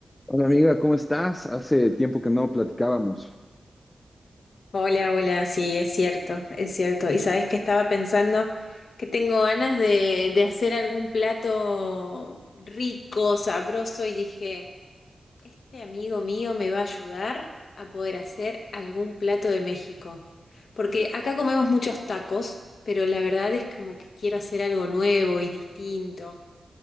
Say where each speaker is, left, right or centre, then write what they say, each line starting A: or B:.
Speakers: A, on the left; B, on the left.
A: Hola amiga, ¿cómo estás? Hace tiempo que no platicábamos.
B: Hola, hola, sí, es cierto, es cierto. Y sabes que estaba pensando que tengo ganas de, de hacer algún plato rico, sabroso, y dije, este amigo mío me va a ayudar a poder hacer algún plato de México. Porque acá comemos muchos tacos, pero la verdad es como que quiero hacer algo nuevo y distinto.